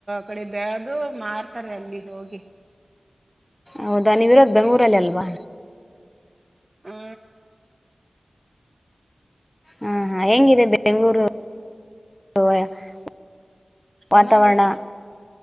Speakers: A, on the right; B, on the left.
A: ಕಡೆ ಬೆಳ್ದು ಮಾರ್ತಾರೆ ಅಲ್ಲಿ ಹೋಗಿ
B: ಹೌದಾ ನೀವಿರೋದ್ ಬೆಂಗಳೂರಲ್ಲಿ ಅಲ್ವಾ
A: ಹಾ
B: ಹ ಹಾ ಅದು ಹೆಂಗಿದೆ ಬೆಂಗಳೂರು <unintelligible>
A: ಚೆನ್ನಾಗ
B: ವಾತಾವರಣ
A: ಐತ್ರಿ